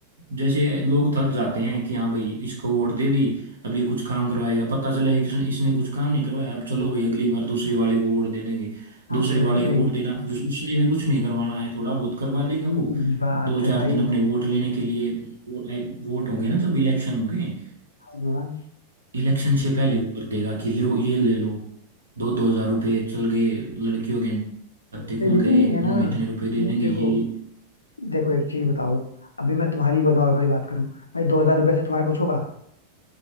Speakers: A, on the right (about 70°); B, on the left (about 75°).
A: जैसे लोग थक जाते हैं कि हाँ भाई इसको वोट दे दी अब ये कुछ काम करवाएगा पता चला कि इसने इसने कुछ काम नहीं करवाया अब चलो भाई अगली बार दूसरे वाले को वोट दे देंगे
B: हाँ
A: दूसरे वाले
B: यही
A: को वोट देना उस- उसने भी कुछ नहीं करवाना है थोड़ा बहुत करवा
B: यही
A: देगा वो
B: बात
A: दो
B: है
A: चार
B: भाई
A: दिन अपने वोट लेने के लिए वो- वोट होंगे ना जब इलेक्शन होंगे
B: हाँ
A: इलेक्शन से पहले वो कर देगा कि लो ये ले लो दो दो हजार रुपये चल गए लड़कियों के खाते
B: इससे
A: खुल
B: भी तो
A: गए
B: यही है
A: उनमें
B: ना
A: इतने
B: कि
A: रुपए दे देंगे
B: देखो
A: ये ये।
B: देखो एक चीज बताओ अभी मैं तुम्हारी ब- नॉर्मली बात करूं भाई दो हजार रुपए से तुम्हारा कुछ होगा